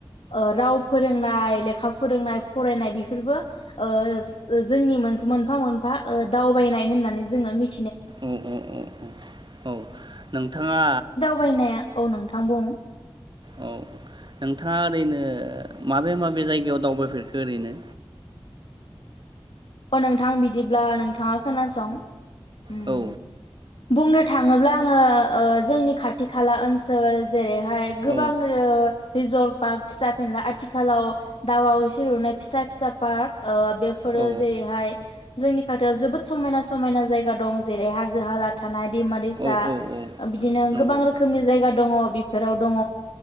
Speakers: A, on the left; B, on the right.
A: ओ राव फोरोंनाय लेखा फोरोंनाय फरायनाय बेफोरबो ओ जोंनि मोन मोनफा मोन बा दावबायनाय होननानै जोङो मिथि
B: ओ ओ ओ औ औ नोंथाङा
A: फरायनाया औ नोंथां बुं
B: औ नोंथाङा ओरैनो माबे माबे जायगायाव दावबायफेरखो ओरैनो?
A: अ' नोंथां बिदिब्ला नोंथाङा खोनासं। उम
B: औ
A: बुंनो थाङोब्ला आङो ओ जोंनि खाथि खाला ओनसोल जेरै हाय
B: औ
A: गोबां रो रिजर्ट पार्क फिसा फिनला आथिखालाव दाउवाव एसे लुनाय फिसा फिसा पाक ओ बेफोरो,
B: औ
A: जेरैहाय जोंनि खाथियाव जोबोद समायना समायना जायगा दं जेरै हाजो जोहाला थानाय दैमा दैसा
B: औ औ औ
A: बिदिनो
B: नंगौ
A: गोबां रोखोमनि जायगा दङ, बिफोराव दङ